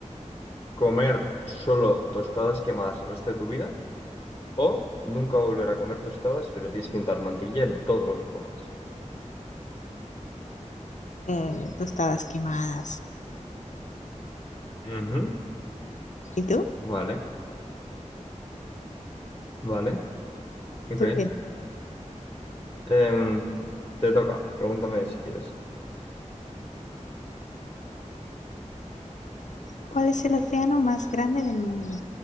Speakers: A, on the left; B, on the left.
A: ¿Comer solo tostadas quemadas el resto de tu vida? ¿O nunca volver a comer tostadas, pero tienes que untar mantequilla en todo lo que comas?
B: eh, tostadas quemadas.
A: Ujú.
B: ¿Y tú?
A: Vale, vale. Ok.
B: ¿Tú qué?
A: Em, te toca. Pregúntame si quieres.
B: ¿Cuál es el océano más grande del mundo?